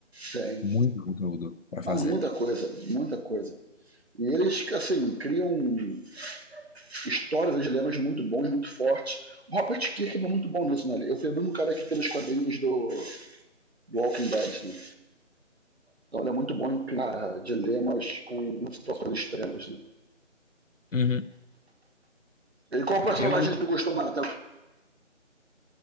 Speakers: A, on the right; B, on the left.
A: tem.
B: Muito conteúdo pra
A: Mas
B: fazer.
A: muita coisa, muita coisa. E eles, assim, criam um histórias e dilemas muito bons, muito fortes. O Robert Kirkman é muito bom nisso, né? Eu fui o mesmo cara que fez os quadrinhos do, do Walking Dead, né? Então ele é muito bom em criar dilemas com situações extremas, né?
B: Uhum.
A: E qual
B: Eu,
A: personagem que tu gostou mais até agora?